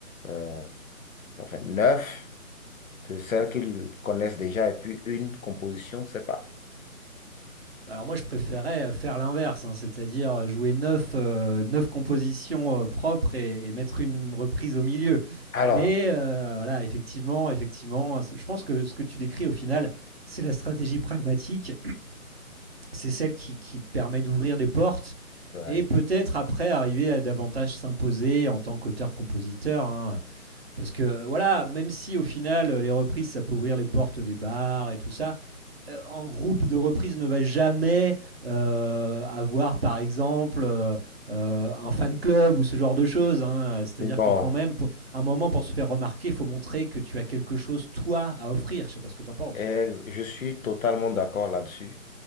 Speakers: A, on the left; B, on the right.
A: euh, enfin, 9? de celles
B: Mm.
A: qu'ils connaissent déjà et puis une composition, c'est pas.
B: Bah, Alors moi je préférais euh, faire l'inverse, hein, c'est-à-dire euh, jouer neuf, euh, neuf compositions euh, propres et, et, mettre une reprise au milieu.
A: Alors,
B: Mais euh, voilà, effectivement, effectivement, c- je pense que ce que tu décris au final, c'est la stratégie pragmatique, c'est celle qui, qui permet d'ouvrir des portes
A: ouais.
B: et peut-être après arriver à davantage s'imposer en tant qu'auteur-compositeur. Hein. Parce que voilà, même si au final les reprises ça peut ouvrir les portes des bars et tout ça, euh, en groupe de reprise ne va jamais euh, avoir, par exemple, euh, euh, un fan club ou ce genre de choses. hein. C'est-à-dire
A: Bon,
B: que quand même, pour, à un moment, pour se faire remarquer, il faut montrer que tu as quelque chose, toi, à offrir. Je sais pas ce que tu en penses.
A: eh, je suis totalement d'accord là-dessus.